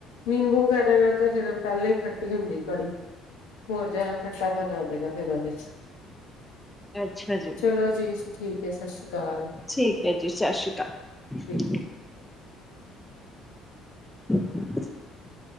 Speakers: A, on the left (about 65°); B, in the centre.
A: ਨਿੰਬੂ ਵਗੈਰਾ ਨਾਲ ਤਾਂ ਫੇਰ ਪਹਿਲਾਂ ਹੀ ਖੱਟੇ ਖੱਟੀ ਹੁੰਦੀ ਕੜੀ ਹੋਰ ਜ਼ਿਆਦਾ ਖੱਟਾ ਪਣ ਫੇਰ ਉਹਦੇ ਚ
B: ਅੱਛਾ ਜੀ
A: ਚਲੋ ਜੀ। ਠੀਕ ਹੈ ਸ੍ਰੀ- ਅਕਾਲ
B: ਠੀਕ ਹੈ ਜੀ। ਸਤਿ ਸ੍ਰੀ ਅਕਾਲ।
A: ਠੀਕ।
B: <inaudible>